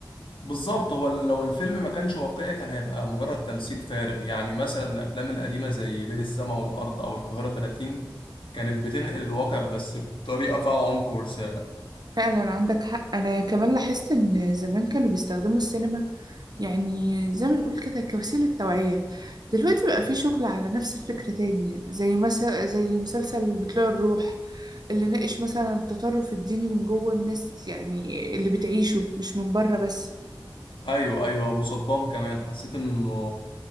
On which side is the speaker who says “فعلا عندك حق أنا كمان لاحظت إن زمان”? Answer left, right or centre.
Right